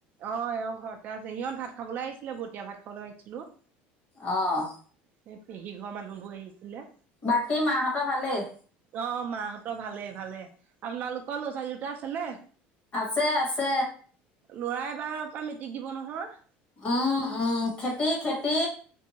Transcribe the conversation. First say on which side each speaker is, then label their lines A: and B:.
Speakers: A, on the right; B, on the left.
A: অ' এওঁ ঘৰতে আছে সিহঁত ভাত খাবলৈ আহিছিলে, বতিয়া ভাত খাবলে মাতিছিলো।
B: অ'।
A: সেই পেহী ঘৰৰ মানুহবোৰ আহিছিলে।
B: বাকী মাহঁতৰ ভালেই?
A: অ' মাহঁতৰ ভালেই ভালেই। আপোনালোকৰ ল'ৰা-ছোৱালী দুটা আছে নে?
B: আছে আছে।
A: লৰাই এবাৰ হপাই মেট্ৰিক দিব নহয়?
B: অঁ অঁ, খেতি খেতি।